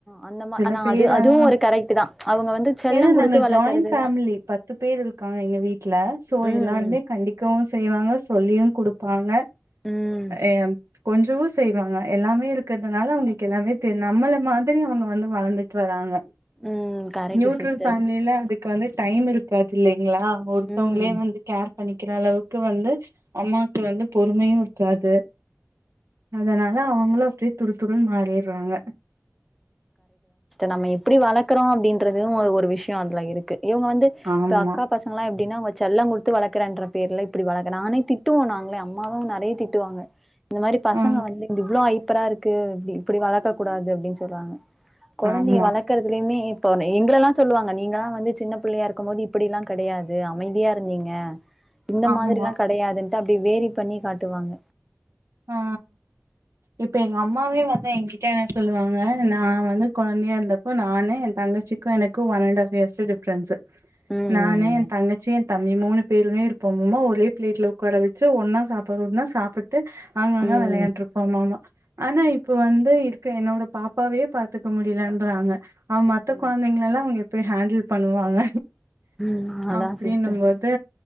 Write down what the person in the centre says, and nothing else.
அந்த மா
ஆனா
அது அதுவு ஒரு கரெக்ட்டுதா அவங்க வந்து செல்லோ
குடுத்து
வளக்கறதுதா
ம்
ம்
ம்
ம் கரெக்ட்டு
சிஸ்டர்
ம்
நம்ப எப்டி வளக்குறோ அப்டின்றது ஒரு விஷயம் அதுலருக்கு இவங்க வந்து
இப்ப அக்கா பசங்களா எப்டினா வச் செல்லோ குடுத்து வளக்குறன்ற பேர்ல, இப்புடி வளக்கு நானே திட்டுவோம் நாங்களே அம்மாவும் நறைய திட்டுவாங்க. இந்த மாரி பசங்க
வந்து இப்டி இவ்ளோ அய் ப்பரா இருக்கு இப்புடி இப்புடி வளக்க கூடாது ப் ப்படின்னு சொல்லுவாங்க. கொழந்தைய
வளக்கரதுலயுமே இப்போ ன்னு எங்கலல்லா சொல்லுவாங்க நீங்கல்லா வந்து சின்ன பிள்ளையா இருக்கும் போது இப்புடில்லா கடையாது அமைதியா இருந்தீங்க இந்த
மாதிரிலா கடையாது ம் டப்டி வேரி பண்ணி காட்டுவாங்க
ம்
ம்
ம்
ம் அதா
சிஸ்டர்